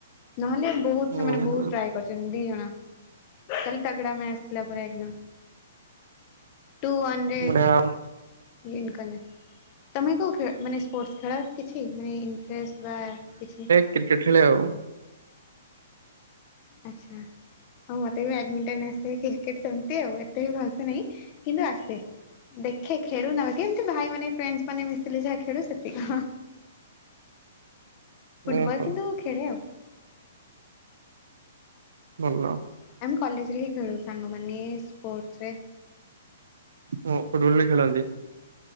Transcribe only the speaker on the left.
ନହଲେ ବହୁତ୍
ସେମାନେ ବହୁତ ଟ୍ରାୟେ କରିଛନ୍ତି ଦି ଜଣ କାଲି ତାଗଡ଼ା ମ୍ୟାଚ୍ ଥିଲା ପୁରା ଏକ୍ଦମ୍। ଟୁ ୱାନ୍
ଗ୍ରୀନ କଲର ତମେ କୋଉ ଖେଳ ମାନେ ସ୍ପୋର୍ଟସ ଖେଳ କିଛି ମାନେ ଇଣ୍ଟରେଷ୍ଟ ବା କିଛି
ଆଚ୍ଛା ଆଉ ମତେ ବି ବ୍ୟାଡମିଣ୍ଟନ ଆସେ କି? ସେମତି ଆଉ ଏତେ ବି ଭଲସେ ନାହିଁ କିନ୍ତୁ ଆସେ। ଦେଖେ ଖେଳୁ ନାହୁଁ ବା କେମିତି ଭାଇ ମାନେ ଫ୍ରେଣ୍ଡସ୍ ମାନେ ମିଶିଲେ ଯାହା ଖେଳୁ ସେତିକି ଫୁଟବଲ୍
କିନ୍ତୁ ଖେଳେ ଆଉ।
ଆମେ କଲେଜ ରେ ହିଁ ଖେଳୁ ସାଙ୍ଗମାନେ ସ୍ପୋର୍ଟସ୍ ରେ